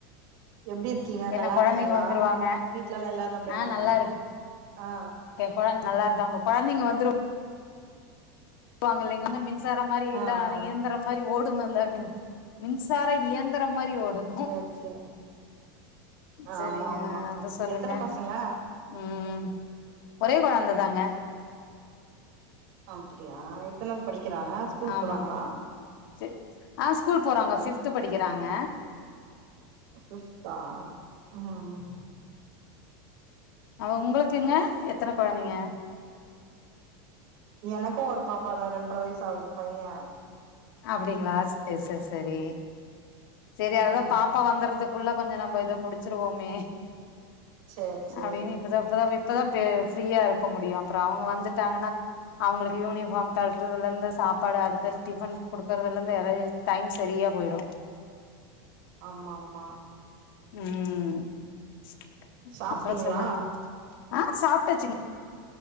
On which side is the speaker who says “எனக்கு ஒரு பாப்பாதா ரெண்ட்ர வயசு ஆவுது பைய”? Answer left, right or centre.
Right